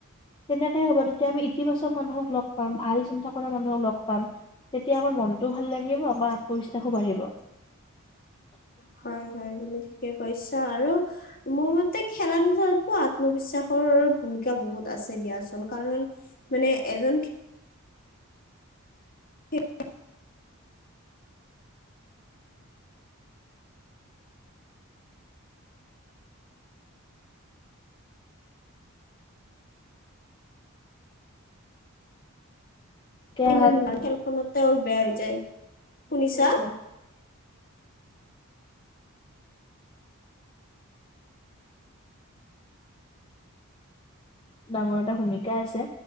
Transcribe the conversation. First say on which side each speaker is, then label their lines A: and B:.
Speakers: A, on the left; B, on the left.
A: তেনেকেই হব এতিয়া আমি ইতিবাচক মানুহক লগ পাম ভাল চিন্তা পৰা মানুহক লগ পাম তেতিয়া আমাৰ মন টো ভাল লাগিব আমাৰ আত্মবিশ্বাসো বাঢ়িব
B: হয় হয় তুমি ঠিকে কৈছা আৰু মোৰ মতে খেলা ধূলাতো আত্মবিশ্বাসৰ ভূমিকা বহুত আছে দিয়াচোন কাৰণ মানে এজন এক
A: এতিয়া
B: এই মোৰ ন খেলখনত তেওঁৰ বেয়া হৈ যায় শুনিছা?
A: উম হম ডাঙৰ এটা ভূমিকা আছে